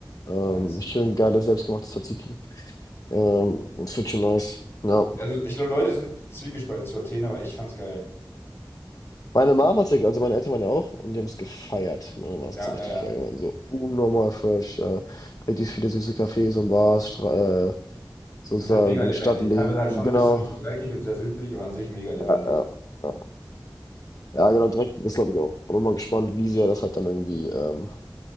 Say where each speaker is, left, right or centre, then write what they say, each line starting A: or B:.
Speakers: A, on the left; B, on the left.
A: Ähm,
B: nice.
A: schön geiles selbstgemachtes Tzatziki. Ähm, das wird schon nice. Ja.
B: Ja, also ich glaube, Leute sind zwiegespalten zu Athen, aber ich fand's geil.
A: Meine Mama hat's, ja- also meine Eltern waren ja auch und die haben es gefeiert. Ne, war es
B: Ja,
A: so richtig
B: ja, ja.
A: geil. Ich meine, so unnormal fresh, ja. Richtig viele süße Cafés und Bars, Stra äh, sozusagen
B: Und halt mega lebendig.
A: Stadtleben.
B: Teilweise halt
A: Genau.
B: schon ein bisschen so dreckig und sehr südlich, aber an sich mega lebendig.
A: Ja, ja. Ja, Ja, genau, Dreck ist, glaube ich, auch. bin mal gespannt, wie sehr das halt dann irgendwie ähm,